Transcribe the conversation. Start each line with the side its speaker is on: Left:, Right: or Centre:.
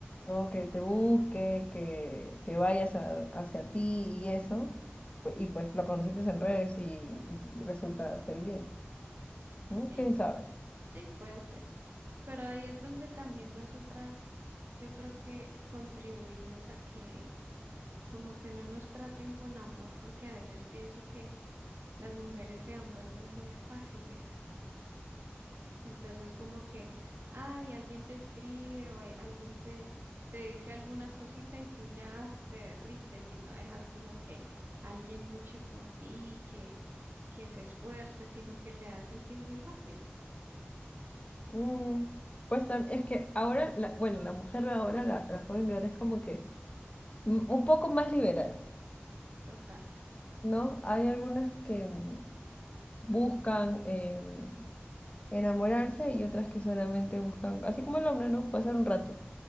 Left: ¿no? Que te busque, que, que vayas a- hacia ti y eso, pu- y pues lo conociste en redes y, y resulta ser bien, ¿no?
Right: Sí,
Left: ¿Quién sabe?
Right: sí, puede ser. Pero ahí es donde también nosotras, yo creo que contribuimos a que como que no nos traten con amor, porque a veces pienso que las mujeres se han vuelto muy fáciles. Entonces, como que, ay, alguien te escribe o hay- alguien te, te dice alguna cosita y tú ya te derrites y no dejas como que alguien luche por ti, que, que se esfuerce, sino que le das el sí muy rápido.
Left: Mm, pues tam- es que ahora, la- bueno, la mujer de ahora, la, la joven de ahora es como que mm, un poco más liberal.
Right: Total,
Left: ¿no? Hay algunas que mm, buscan eh, enamorarse y otras que solamente buscan, así como el hombre, ¿no? Pasar un rato.